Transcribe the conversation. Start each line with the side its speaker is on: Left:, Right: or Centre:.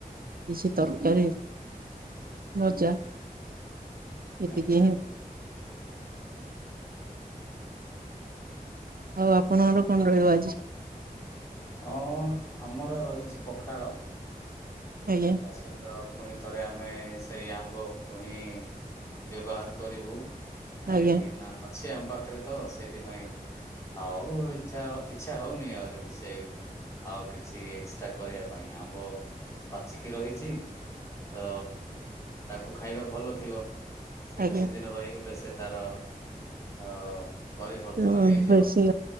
Right: କିଛି ତରକାରୀ ଭଜା। ଏତିକି
Left: ଆଚ୍ଛା
Right: ହିଁ। ଆଉ ଆପଣଙ୍କର କଣ ରହିବ ଆଜି।
Left: ହଁ ଆମର ରହିଛି ପଖାଳ।
Right: ଆଜ୍ଞା।
Left: ସେତ ପୁଣି ଥରେ ଆମେ ସେଇ ଆମ୍ବକୁ ହିଁ ବ୍ୟବହାର କରିବୁ। କାହିଁ
Right: ଆଜ୍ଞା
Left: କିନା ଅଛି ଆମ ପାଖରେ ତ ସେଇଥିପାଇଁ। ଆଉ ଇଛା ଇଛା ହଉନି ଆହୁରି ସେ। ଆଉ କିଛି ଏକ୍ସଟ୍ରା କରିବା ପାଇଁ ଆମ୍ବ। ପାଚିକି ରହିଛି ତ ତାକୁ ଖାଇବା ଭଲ ଥିବ। ସେ
Right: ଆଜ୍ଞା
Left: ବେଶୀ ଦିନ ରହିଗଲେ ସେ ତାର ଅ ପରିବର୍ତ୍ତନ
Right: ହଁ
Left: ହେଇଯିବ।
Right: ବେଶୀ